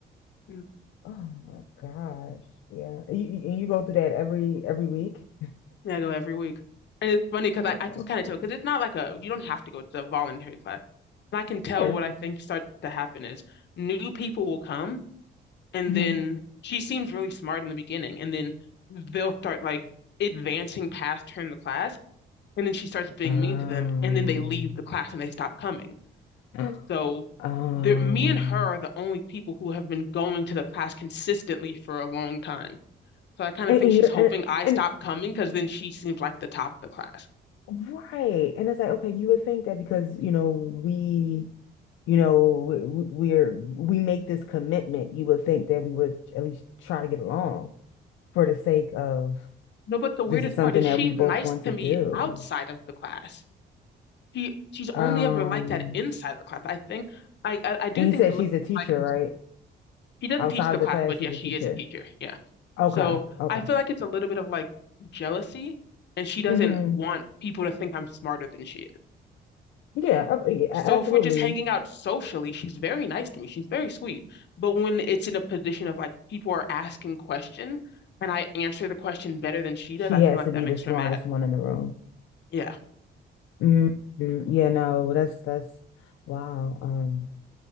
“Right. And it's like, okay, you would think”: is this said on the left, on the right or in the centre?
Left